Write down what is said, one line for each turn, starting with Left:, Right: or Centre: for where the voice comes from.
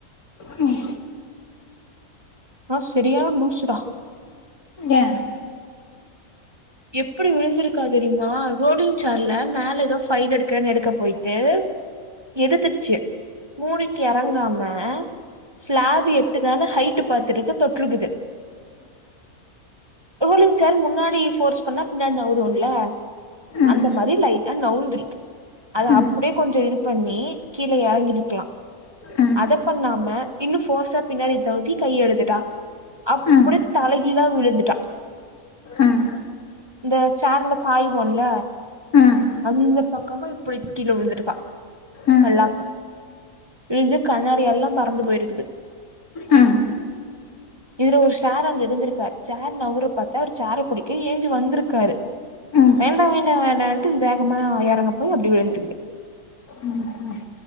Left: ம்
Right: ஆனா செறியான லூசுடா
Left: ஏ
Right: எப்டி விழுந்திருக்கா தெரியுமா ரோலிங் சேர்ல மேல ஏதோ ஃபைல எடுக்கேனு எடுக்க போய்ட் ஏது எடுத்துருச்சு மூடிட்டு இறங்காம ஸ்லாப் எட்டுதானு ஹைட்டு பாத்துருக்கு தொட்டுற்றுக்குது ரோலிங் சேர் முன்னாடி ஃபோர்ஸ் பண்ணா பின்னாடி நவுரும்ல
Left: ம்
Right: அந்த மாரி லைட்டா நவுந்திரி அத
Left: ம்
Right: அப்டியே கொஞ்சோ இது பண்ணி கீழ இறங்கிருக்கலா
Left: ம்
Right: அத பண்ணாம இன்னு போர்ஸா பின்னாடி நவுத்தி கைய எடுதுட்டா அப்டி
Left: ம்
Right: தலைகீழா விழுந்துட்டா
Left: ம்
Right: இந்த சேர்ல சாய்வோன்ல
Left: ம்
Right: அந்த பக்கமா இப்டி கீழ விழுந்திருக்கா
Left: ம்
Right: மல்லாக்க விழுந்து கண்ணாடி எல்லா பறந்து போயிருக்குது
Left: ம்
Right: இதுல ஒரு சாரு அங்க இருந்திருக்காரு சேரு நவுர பாத்தா அவர் சேர பிடிக்க ஏஞ்சி வந்திருக்காரு
Left: ம்
Right: வேண்டா வேண்டா வேண்டான்ட்டு வேகமா இறங்க போய் அப்டி விழுந்திருக்குது
Left: ம் ம்